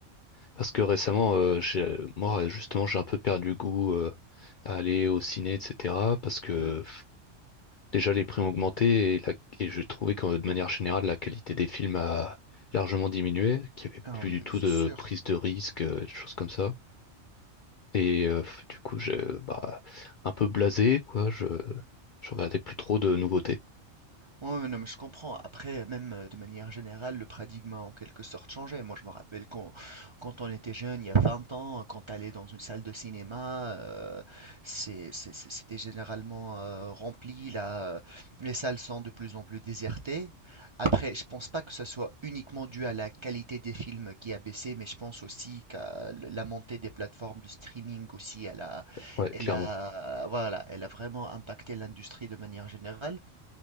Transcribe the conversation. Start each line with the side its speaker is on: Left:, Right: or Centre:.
Left: parce que récemment, euh, j'ai, moi, justement, j'ai un peu perdu goût euh, à aller au ciné, etc. Parce que...
Right: Mmh
Left: Déjà, les prix ont augmenté et, la- et je trouvais que de manière générale, la qualité des films a largement diminué, qu'il n'y avait
Right: Ah
Left: plus
Right: oui,
Left: du tout
Right: c'est
Left: de
Right: sûr.
Left: prise de risque, euh, des choses comme ça. Et euh, du coup, j'ai bah, un peu blasé, quoi. Je, je regardais plus trop de nouveautés.
Right: Ouais, ouais, non, mais je comprends. Après, même euh, de manière générale, le paradigme a en quelque sorte changé. Moi, je me rappelle quand, quand on était jeune, il y a 20 ans, euh, quand allait dans une salle de cinéma, euh, c'est, c'est- c'est- c'était généralement euh, rempli. Là, euh, les salles sont de plus en plus désertées. Après, je pense pas que ce soit uniquement dû à la qualité des films qui a baissé, mais je pense aussi qu'à le- la montée des plateformes de streaming aussi, elle a,
Left: Ouais,
Right: elle
Left: clairement.
Right: a, voilà, elle a vraiment impacté l'industrie de manière générale.